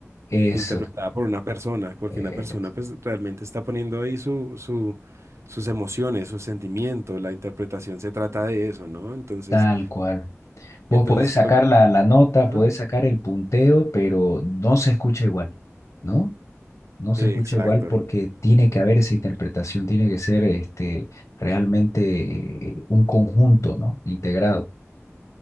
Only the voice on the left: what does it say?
eso,
eh,
tal cual. Vos
podés
sacar la, la nota,
podés sacar el punteo, pero no se escucha igual, ¿no? no se
escucha igual porque tiene que haber esa interpretación, tiene que ser este, realmente eh, un conjunto, ¿no? Integrado.